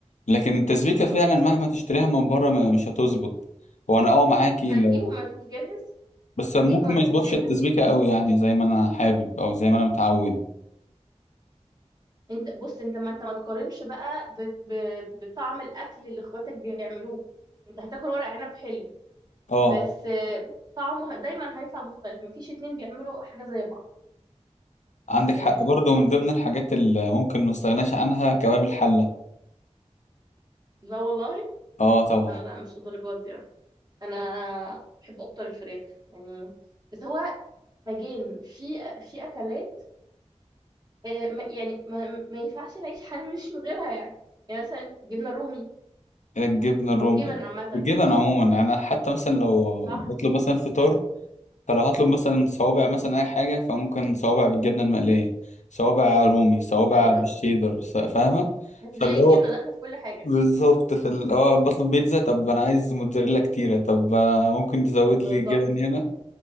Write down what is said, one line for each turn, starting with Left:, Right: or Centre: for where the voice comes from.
Left: لكن التسبيكه
Right: بالظبط
Left: فعلا مهما تشتريها من بره م- مش هتظبط وانا اه معاكي
Right: هتجيبه
Left: لو
Right: ملفوف جاهز
Left: <laughs> بس ممكن
Right: هتجيبه ملفوف
Left: ما يظبطش
Right: جاهز
Left: التسبيكه قوي يعني زي ما انا حابب او زي ما انا متعود
Right: انت بص انت ما انت ما تقارنش بقى ب... ب... بطعم الاكل اللي اخواتك بيعملوه انت هتاكل ورق عنب حلو
Left: اه
Right: بس آه، طعمه ه- دايما هيطلع مختلف مفيش اتنين بيعملوا حاجه زي بعض
Left: عندك
Right: يعني
Left: حق برضه من
Right: دي
Left: ضمن الحاجات اللي ممكن ما استغناش عنها كباب الحله
Right: لا والله
Left: اه طبعا
Right: انا لا مش للدرجه دي يعني انا بحب اكتر الفراخ يعني بس هو باجين في في اكلات آه، ما- يعني ما, ما ينفعش نعيش حياه مش من غيرها يعني يعني مثلا جبنه رومي
Left: الجبنه الروم
Right: او جبن عامه
Left: الجبن عموما يعني انا حتى مثلا لو
Right: صح
Left: بطلب مثلا فطار فلو هطلب مثلا صوابع مثلا اي حاجه فممكن صوابع بالجبنه المقليه صوابع رومي صوابع
Right: ايوه
Left: بالشيدر ص- فاهمه
Right: هتلاقي
Left: فاللي
Right: الجبنه
Left: هو
Right: داخله في كل حاجه
Left: بالظبط في اللي هو بطلب بيتزا طب انا عايز موتزاريلا كتيره طب آه، ممكن تزود
Right: بالظبط
Left: لي جبن هنا